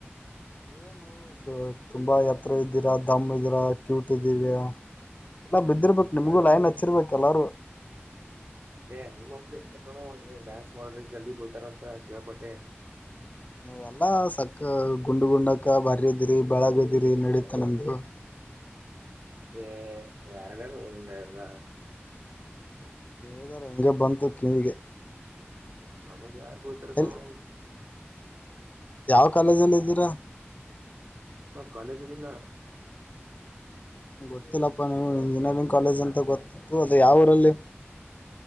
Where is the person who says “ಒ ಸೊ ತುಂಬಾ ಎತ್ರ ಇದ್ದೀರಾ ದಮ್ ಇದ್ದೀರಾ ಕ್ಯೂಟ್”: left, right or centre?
Left